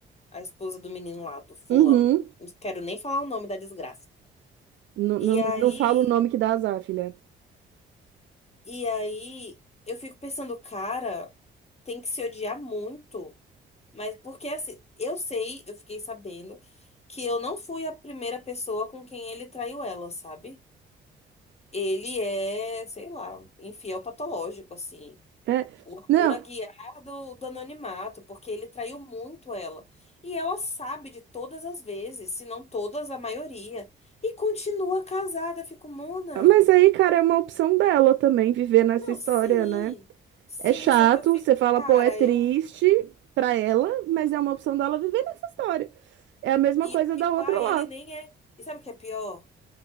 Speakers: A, on the left; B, on the right.
A: A esposa do menino lá, do fulano.
B: Uhum.
A: Não quero nem falar o nome da desgraça.
B: Não, não,
A: E aí.
B: não fala o nome que dá azar, filha.
A: E aí. Eu fico pensando, cara, tem que se odiar muito. Mas porque, assim, eu sei, eu fiquei sabendo que eu não fui a primeira pessoa com quem ele traiu ela, sabe? Ele é, sei lá, infiel patológico, assim.
B: É,
A: O Arthur
B: não,
A: Aguiar do, do anonimato, porque ele traiu muito ela. E ela sabe de todas as vezes, se não todas, a maioria. E continua casada. Eu fico, Mona.
B: mas aí, cara, é uma opção dela também viver nessa
A: Não,
B: história,
A: sim.
B: né?
A: Sim,
B: É chato,
A: só que eu fico,
B: você fala,
A: cara,
B: pô, é triste
A: eu.
B: pra ela, mas é uma opção dela viver nessa história. É a mesma
A: E
B: coisa
A: eu fico,
B: da outra
A: ai,
B: lá.
A: ele nem é. E sabe o que é pior?